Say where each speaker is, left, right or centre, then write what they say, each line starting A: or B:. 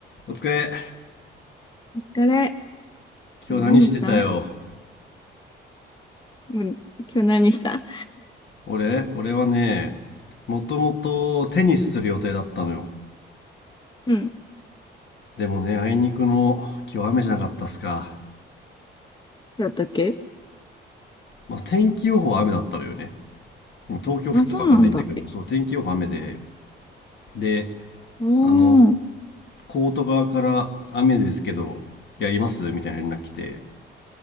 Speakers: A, on the left; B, on the left.
A: お疲れ。
B: お疲れ。今日何した
A: 今日何してたよ。
B: うん。今日何した
A: 俺、俺はね、もともとテニスする予定だったのよ。
B: うん。
A: でもね、あいにくの今日雨じゃなかったっすか。
B: だったっけ
A: まあ、天気予報は雨だったのよね。東京降ったかわかんないんだけど、
B: あ、そうなんだ。
A: そう、天気予報雨で、で、
B: お
A: あの、
B: おー。
A: コート側から雨ですけど、やりますみたいな連絡来て、